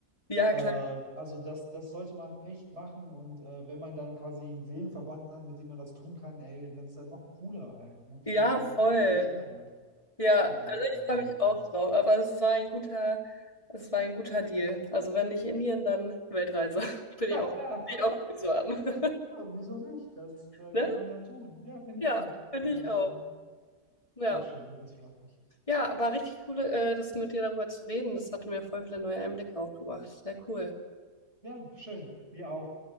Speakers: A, on the left; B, on the right.
A: Ja,
B: Äh,
A: klar.
B: also das, das sollte man echt machen und äh, wenn man dann quasi einen Seelenverwandten hat, mit dem man das tun kann, ey, dann ist das noch cooler halt, noch
A: Ja,
B: viel,
A: voll.
B: noch mal schöner halt.
A: Ja,
B: Daher,
A: also ich freue
B: ähm,
A: mich auch drauf. Aber es war ein guter, es war ein guter Deal. Also wenn nicht Indien, dann Weltreise. <laughs> Bin
B: <laughs>
A: ich auch, bin
B: ja,
A: ich auch gut zu haben. <laughs>
B: wieso nicht? Das äh,
A: Ne?
B: kann man ja tun. Ja, finde
A: Ja,
B: ich gut.
A: bin
B: Äh,
A: ich auch.
B: und
A: Ja.
B: sehr schön, das freut mich.
A: Ja, war richtig cool, äh, das mit dir darüber zu reden. Das hatte mir voll viele neue Einblicke auch gebracht. Sehr cool.
B: Ja, schön. Mir auch.